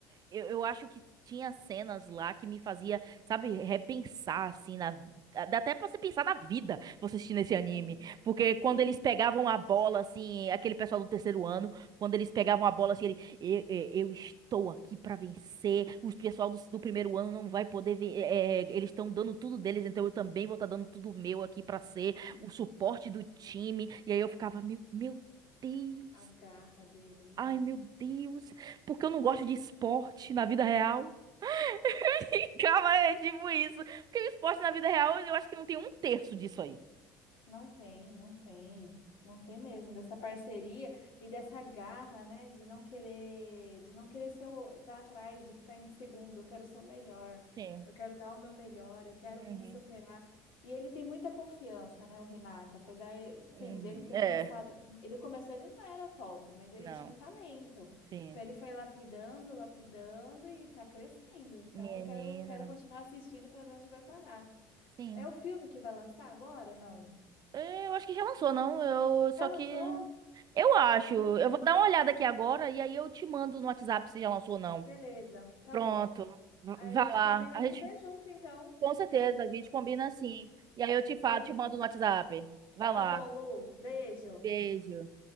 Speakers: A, on the right; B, on the left.
A: eu, eu acho que tinha cenas lá que me fazia, sabe, repensar, assim, na... Dá até pra você pensar na vida, você assistindo esse
B: Sim,
A: anime. Porque quando
B: sim,
A: eles pegavam a bola, assim, aquele pessoal do terceiro ano, quando eles pegavam a bola, assim, ele, eu, eu- eu estou aqui pra vencer, os pessoal do, do primeiro ano não vai poder ver, é, é, eles estão dando tudo deles, então eu também vou estar dando tudo meu aqui pra ser
B: sim.
A: o suporte do time. E aí eu ficava, meu, meu Deus.
B: A garra deles, né?
A: Ai, meu Deus, porque eu não gosto de esporte na vida real. <laughs> Calma, é tipo isso. Porque o esporte na vida real, eu acho que não tem um terço disso aí.
B: Não tem, não tem, não tem mesmo dessa parceria e dessa garra, né, de não querer, de não querer ser o, tá atrás, de ficar em segundo, eu quero ser o melhor,
A: Sim.
B: eu quero dar o meu melhor, eu quero
A: Uhum.
B: me superar. E ele tem muita confiança, né, o Renato, apesar,
A: Uhum.
B: sim, dele ter
A: É,
B: começado, ele começou, ele não era top, mas ele
A: não.
B: tinha o talento.
A: Sim.
B: Então ele foi lapidando, lapidando e tá crescendo. Então
A: Menina.
B: eu quero, quero continuar assistindo para ver onde vai parar.
A: Sim.
B: É o filme que vai lançar agora? Não.
A: É, Eu acho que já lançou, não? Eu só
B: Já lançou?
A: que eu acho.
B: Eu não vi.
A: Eu vou dar uma olhada aqui agora e aí eu te mando no WhatsApp se já lançou ou não.
B: Beleza, tá
A: Pronto.
B: bom.
A: V-
B: Aí
A: Vá
B: a gente
A: lá.
B: combina
A: A
B: de
A: gente
B: ver junto, então.
A: com certeza a gente combina assim. E aí eu te falo,
B: Beleza.
A: te mando no WhatsApp. Vá lá.
B: Tá bom, Lu. Beijo.
A: Beijo.